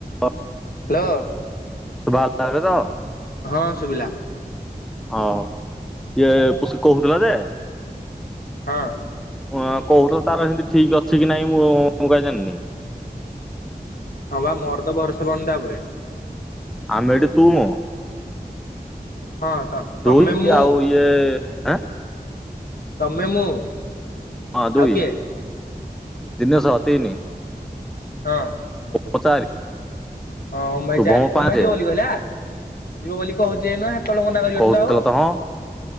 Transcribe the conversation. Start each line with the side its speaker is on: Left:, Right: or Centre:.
Centre: ଆ
Left: ହ୍ୟାଲୋ
Centre: ସୁଭ <unintelligible> ତ।
Left: ହଁ ଶୁଭିଲା
Centre: ହୋଉ ଇଏ ପୁଶି କୋହୁଥିଲା ଯେ
Left: ହଁ?
Centre: ଓ କୋହୁଥୁଲା ତାର ହେମତି ଠିକ ଅଛି କି ନାଇଁ ମୁଁ ମୁଁ କାଇଁ ଜାଣିନି?
Left: ହଁ ପା ମୋର ତ ଭରସା ପାଉନି ତା ଉପରେ।
Centre: ଆମେ ଏଠି ତୁ ମୁଁ
Left: ହଁ ତ ତମେ
Centre: ଦୁଇ
Left: ମୁଁ
Centre: ଆଉ ଇଏଁ ଆଁ
Left: ତମେ ମୁଁ
Centre: ହଁ
Left: ଆଉ
Centre: ଦୁଇ
Left: କିଏ
Centre: ଦିନେସ ତିନି
Left: ହଁ।
Centre: ପ ଚାରି।
Left: ହଁ ଓମ୍ ଭାଇ
Centre: ଶୁଭମ
Left: ଚାରି
Centre: ପାଞ୍ଚେ
Left: ଓମ୍ ଭାଇ ଯିବ ବୋଲି କହିଲା ଯିବ ବୋଲି କୋହୁଚି ଏଇନା ତଳେ ମନା କରିବନି
Centre: କହୁଥିଲା
Left: ତ ଆଉ?
Centre: ହଁ